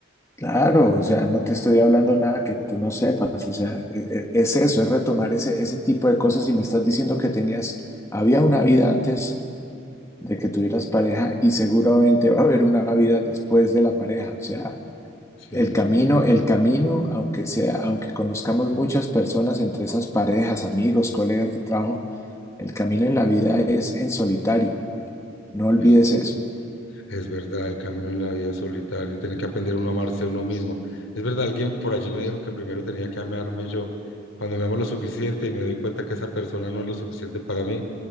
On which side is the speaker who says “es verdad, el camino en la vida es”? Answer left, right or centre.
Left